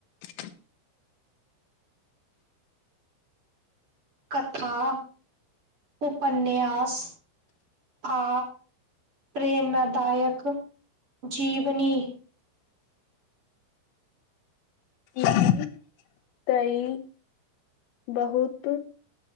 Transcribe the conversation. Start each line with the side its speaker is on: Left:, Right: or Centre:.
Left: की
Right: कथा उपन्यास आ प्रेरण दायक जीवनी
Left: ई त ई बहुत